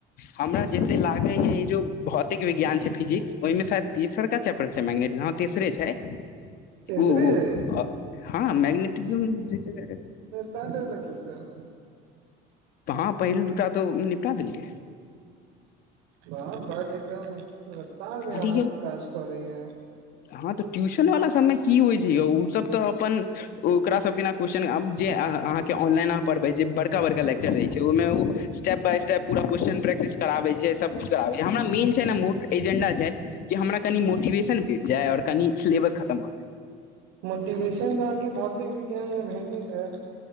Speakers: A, on the left; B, on the right.
A: हमरा जते लागैए ई जो भौतिक विज्ञान छै फिजिक्स ओय में शायद- तीसरका चैप्टर छै मैग्नेट न तीसरे छै।
B: तेसरे
A: उ
B: अइ
A: अ हँ मैग्नेटिजम जे छै।
B: तट लगु उ सब-
A: हँ पहिल दूटा तो निपटा देलकै।
B: बाह बड एकदम रफ्तार में
A: अरे
B: आहाँके
A: यौ
B: काज करैया।
A: हँ तऽ ट्यूशन वला सब में की होय छै यौ उ सब तऽ अपन- ओकरा सबके एना क्वेश्चन आब जे आहाँ आहाँके ऑनलाइन आहाँ पढ़बै जे बड़का-बड़का लेक्चर रहै छै ओ में उ स्टेप- बाय स्टेप पूरा क्वेश्चन प्रैक्टिस कराबै छै सबकुछ कराबै हमरा मेन छै न मुड एजेंडा। छै जे हमरा कनि मोटिवेशन भेट जाय और कनी सिलेबस खत्म भऽ जाय।
B: मोटिवेशन तऽ आहाँके भौतिक विज्ञान में भेटे जेएत।